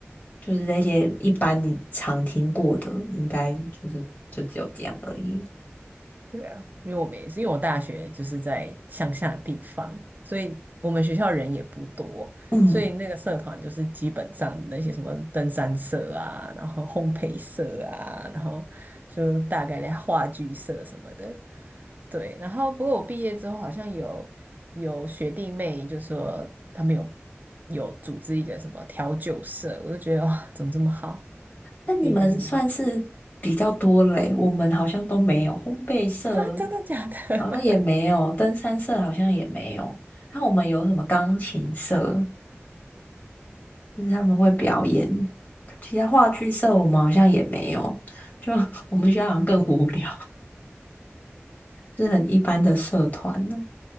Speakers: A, on the left; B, on the right.
A: 就是那些一般你常听过的，应该就是就只有这样而已。
B: 对啊，因为我们也是，因为我大学就是在乡下的地方，所以我们学校人也不多，
A: 嗯，
B: 所以那个社团就是基本上那些什么登山社啊，然后烘焙社啊，然后就大概的话剧社什么的，对。然后不过我毕业之后好像有有学弟妹就说他们有有组织一个什么调酒社，我就觉得哇，怎么这么好？
A: 那你们算是比较多嘞，
B: 可以就是
A: 我们好像都没有烘焙社，
B: <laughs> 啊，真的假的？
A: 好像也没有登山社，
B: <laughs>
A: 好像也没有。那我们有什么钢琴社？就是他们会表演。其他话剧社我们好像也没有，就 <laughs> 我们学校好像更无聊，是很一般的社团呢。